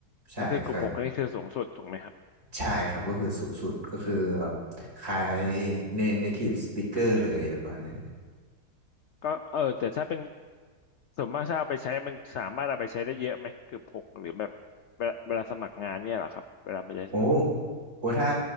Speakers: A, on the right (about 35°); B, on the left (about 70°).
A: ใช่ครับ
B: ก็คือกลุ่มหกนี่คือสูงสุดถูกไหมครับ
A: ใช่ครับก็คือสูงสุดก็คือแบบคล้าย native speaker เลยประมาณนั้น
B: ก็เออแต่ถ้าเป็นส่วนมากถ้าเอาไปใช้มันสามารถเอาไปใช้ได้เยอะไหมกลุ่มหกหรือแบบเวลาเวลาสมัครงานเนี่ยเหรอครับเวลาไปใช้
A: โอ้โอ้ถ้า